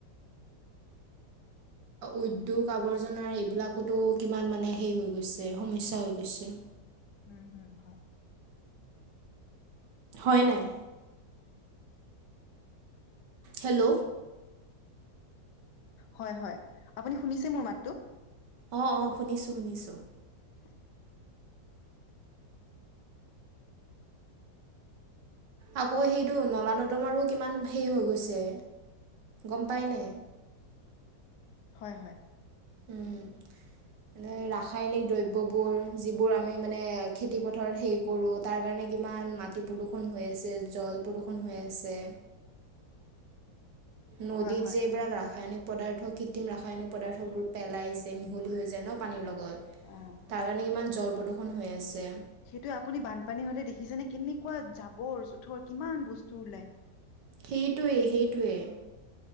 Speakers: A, on the right; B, on the left.
A: উদ্যোগ আৱৰ্জনাৰ এইবিলাকতো কিমান মানে হেই হৈ গৈছে সমস্যা হৈ গৈছে।
B: উম, হুম হয়।
A: হয় নাই? হেল্ল'
B: হয়, হয়, আপুনি শুনিছে মোৰ মাতটো?
A: অ, অ, শুনিছোঁ শুনিছোঁ।
B: <inaudible>
A: আকৌ সেইটো নলা নৰ্দম আৰুো কিমান হেৰি হৈ গৈছে গম পায়নে?
B: হয়, হয়।
A: উম, ম ৰাসায়নিক দ্ৰব্যবোৰ যিবোৰ আমি মানে খেতিপথাৰত হেৰি কৰোঁ, তাৰ কাৰণে কিমান মাটি প্ৰদূৰষণ হৈ আছে জল প্ৰদূৰষণ হৈ আছে, আছে। নদীত
B: হয় হয়
A: যে এইবিলাক ৰাসায়নিক পদাৰ্থ কৃত্ৰিম ৰাসায়নিক পদাৰ্থবোৰ পেলাই যে মিহলি হৈ যায় ন পানীৰ লগত
B: অ অ
A: তাৰ কাৰণে কিমান জল প্ৰদূষণ হৈ আছে।
B: সেইটোয়ে আপুনি বানপানী হলে দেখিছেনেে কেনেকুৱা জাবৰ জোথৰ কিমান বস্তু ওলায়।
A: সেইটোৱেই, সেইটোৱেই।